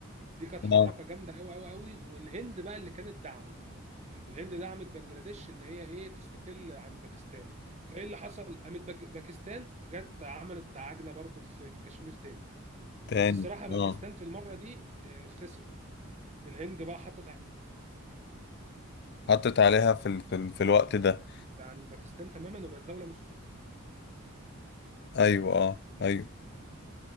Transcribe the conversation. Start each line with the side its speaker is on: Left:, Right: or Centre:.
Right: دي كانت حركه
Left: اه
Right: جامده قوي قوي قوي والهند بقى اللي كانت داعمه الهند دعمت بنجلاديش ان هي ايه تستقل عن باكستان فايه اللي حصل قامت باك- باكستان جت عملت عجنه برضو في في كشمير تاني
Left: تاني
Right: بس الصراحه باكستان
Left: اه
Right: في المره دي آه، خسرت الهند بقى حطت
Left: حطت عليها في ال... في ال... في الوقت ده
Right: عن باكستان تماما وبقت دوله مش
Left: ايوه اه ايوه